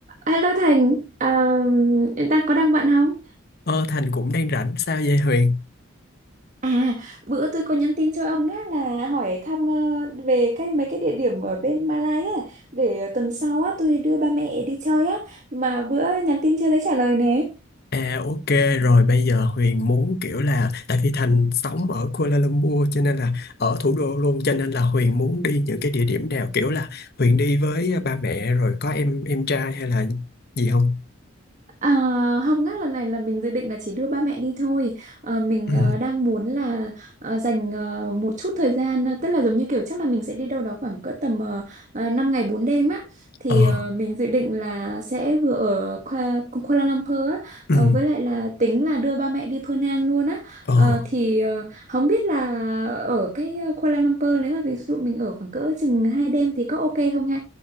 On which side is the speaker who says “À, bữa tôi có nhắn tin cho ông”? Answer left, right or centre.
Right